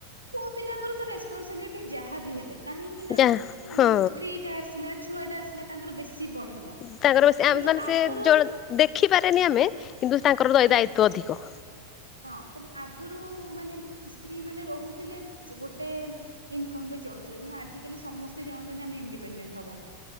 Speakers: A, on the right (about 85°); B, on the left (about 30°).
A: ପୁଅ ପିଲାଙ୍କର ତ ରେସପନସିବିଲିଟି ଯାହାବ ହେଲେ କାହିଁକି ନା
B: ଯା ହଁ
A: ସ୍ତ୍ରୀ ଟା ଆସିଲା। ଛୁଆ ଟା ଆସିଲା ତାଙ୍କର ବେଶୀ ବଢିଲା
B: ତାଙ୍କର ବେଶୀ
A: କିନ୍ତୁ
B: ଆମେ ମାନେ
A: ଆଗରୁ।
B: ସେ ଜଣେ ଦେଖିପାରେନି ଆମେ କିନ୍ତୁ ତାଙ୍କର ଦ
A: ହୁଁ
B: ଦାୟିତଵ ଅଧିକ।
A: ହଁ କିନ୍ତୁ ଆଗରୁ ମାନେ ସ୍ତ୍ରୀ ମାନେ ରହୁଥିଲେ ଗୋଟେ ଇନକମ ରେ ଚଳୁଥିଲେ କିନ୍ତୁ ଆିକାଲି ସମସ୍ତେ ଚାହୁଁଛନ୍ତି ଆମେ ଇଣ୍ଡିପେଣ୍ଡେଣ୍ଟ ହବା।